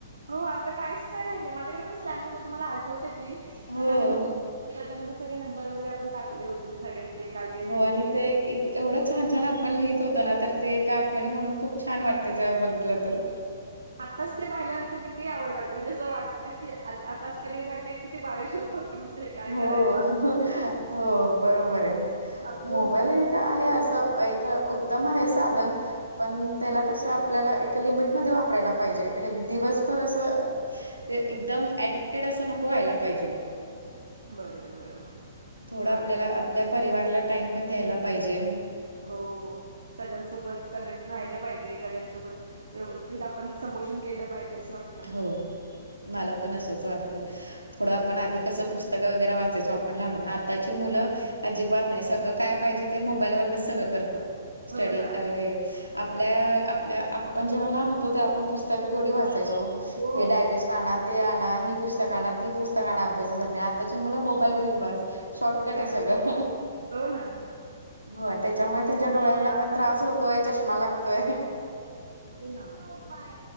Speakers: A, on the right; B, on the right.
A: हो आता काहीच नाही. राहिले माझ्याकडे पण स्लॅमबुक होती. मला आठवते ती मी
B: हो.
A: त्यांच्यामध्ये, त्याच्यामध्ये सगळे नंबर वैगरे टाकले होते. म्हणजे सगळ्यांचे काय काय लिहून
B: हो आणि
A: ठेवले.
B: ते
A: होते.
B: एवढं छान छान आपण लिहित होतो. ना तर ते एक आठवणी म्हणून खूप छान वाटते तेव्हा बघितलं तर
A: आताच ते पाहिल्यानंतर किती आवड वाटते म्हणजे असं वाटतं की आ आता असं कधी कधी वाटतं किती बालिश होतो ते आपण काय
B: हो
A: करायचो?
B: हो बरोबर आहे.
A: आपली
B: मोबाईल
A: मुलं
B: हे
A: जेव्हा
B: का
A: मोठी
B: आहे
A: होतील
B: असं एक उत्तम आहे साधन पण त्याला कसं आपल्याला एक लिमिटमध्येध्ये वापरायला पाहिजे दिवसभर असं ते एकदम ऍडिक्टेड असं नको व्हायला पाहिजे.
A: बरोबर बरोबर
B: थोडं
A: चालेल.
B: आपल्याला आपल्या परिवारला टाइम पण द्यायला पाहिजे.
A: हो सगळ्यांसोबत कनेक्ट राहिलं पाहिजे. सगळ्यांसोबत व्यवस्थित आपण संबोषण केलं. पाहिजे असं वाट
B: हो मला पण असंच वाटत थोडं आपण आधी कसं पुस्तकं वगैरे वाचायचो आपण लहान होत आताची मुलं अजिबात नाही सगळं काय पाहिजे ते मोबाईल वरनच सगळं करतात स्टडी
A: हो ना.
B: काय हे आपल्या आपल्या आपण जेव्हा लहान होतो ते आपण पुस्तकं केवढी वाचायचो
A: हो,
B: हे
A: हो.
B: ाजेस्ट आणा ते आणा ही पुस्तक आणा ती पुस्तक आण अभ्यासासाठी आताची मुलं मोबाईल घेऊन बस शॉर्टकट आहे.
A: अगदीच.
B: सगळं
A: हो ना.
B: हो त्याच्यामुळे
A: ठीक आहे
B: त्यांच्या
A: चालेल
B: डोळ्यांना
A: चल आपण
B: पण त्रास होतोय चष्मा लागतोय
A: हो बाय